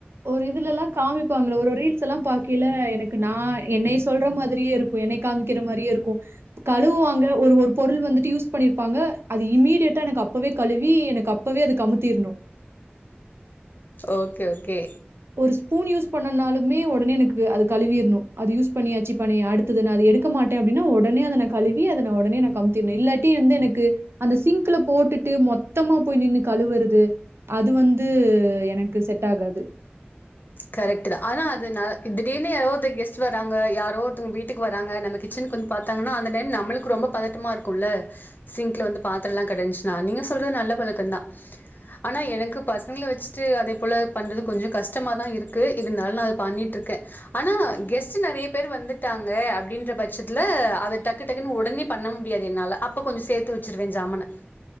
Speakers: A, on the right (about 80°); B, on the left (about 50°).
A: ஒரு இதுல எல்லாம் காமிக்குவாங்கள ஒரு ரீல்ஸ் எல்லாம் பாக்கைல எனக்கு நான் என்னை சொல்ற மாரியே இருக்கும் என்னை காமிக்கிற மாரியே இருக்கும் கழுவுாங்க ஒரு ஒரு பொருள் வந்துட்டு யூஸ் பண்ணிருப்பாங்க அது இமீடியட்டா எனக்கு அப்வே கழுவி எனக்கு அப்வே அது கமுத்திரணும்
B: ஓகே ஓகே
A: ஒரு ஸ்பூன் யூஸ் பண்ணனாலுமே உடனே எனக்கு அது கழுவிஈர்ணும் அது யூஸ் பண்ணி அச்சி பண்ணி அடுத்தது நான் அது எடுக்க மாட்டேன் அப்படின்னா உடனே அத நா கழுவி அத உடனே நா கம்த்திடணும் இல்லாட்டி வந்து எனக்கு அந்த சிங்க்ல போட்டுட்டு மொத்தமா போய் நின்று கழுவுறது அது வந்து எனக்கு செட் ஆகாது த்து
B: கரெக்ட் தான் ஆனா அது நா திடீர்னு யாரோ ஒருத்தர் கெஸ்ட் வராங்க யாரோ ஒருத்தவங்க வீட்டுக்கு வராங்க நம்ம கிச்சன் பாத்தாங்கன்னா அந்த டைம் நம்மளுக்கு ரொம்ப பதட்டமா இருக்கும்ல்ல சிங்க்ல வந்து பாத்திரம் எல்லாம் கிடைந்துச்சுனா நீங்க சொல்றது நல்ல பழக்கம் தான் ஆனா எனக்கு பசங்களை வச்சுட்டு அதே போல பண்றது கொஞ்சம் கஷ் கஷ்டமா தான் இருக்கு இருந்தாலும் நான் அதது பண்ணிட்டு இருக்கேன் ஆனா கெஸ்ட் நிறைய பேர் வந்துட்டாங்க அப்படின்ற பட்சத்துல அதை டக்கு டக்குன்னு உடனே பண்ண முடியாது என்னால அப்ப கொஞ்சம் சேர்த்து வச்சிருவேன் ஜாமன்